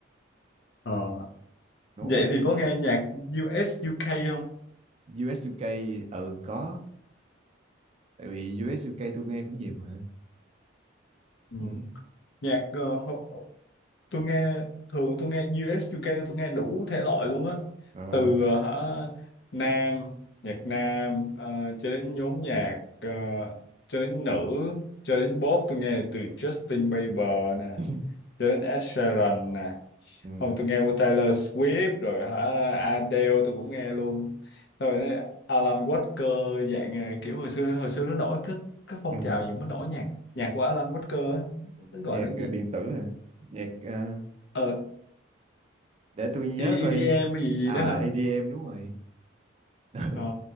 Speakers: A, on the left; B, on the right.
A: ờ.
B: Ngố
A: Vậy
B: quá
A: thì có nghe nhạc US UK không?
B: US UK ừ có tại vì US UK tôi nghe cũng nhiều mà
A: Ừ.
B: ừ.
A: Nhạc ờ, Ho- tôi nghe thường tôi nghe u US UK tôi nghe đủ thể loại luôn á
B: Ờ.
A: từ ờ, hả nam nhạc nam ờ, cho đến nhóm nhạc ờ, cho đến nữ cho đến pop tôi nghe từ Justin Bieber nè
B: <laughs>
A: cho đến Ed Sheeran nè
B: ừ.
A: không tôi nghe của Taylor Swift rồi hả Adele tôi cũng nghe luôn rồi đấy, Alan Walker dạng ờ, kiểu hồi xưa hồi xưa nó nổi cái cái phong
B: Ừ.
A: trào những cái nổi nhạc nhạc của Alan Walker á nó
B: Nhạc
A: gọi là cái
B: ờ,
A: gì
B: điện tử hả? Nhạc ờ,
A: ờ
B: để tôi nhớ
A: E-
B: coi
A: EDM hay gì gì
B: à
A: đó hả
B: EDM đúng rồi <laughs> ừ.
A: ờ